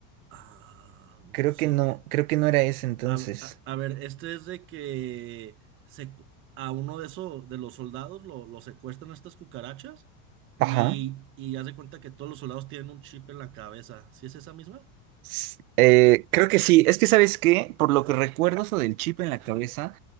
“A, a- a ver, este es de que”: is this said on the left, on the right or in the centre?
Right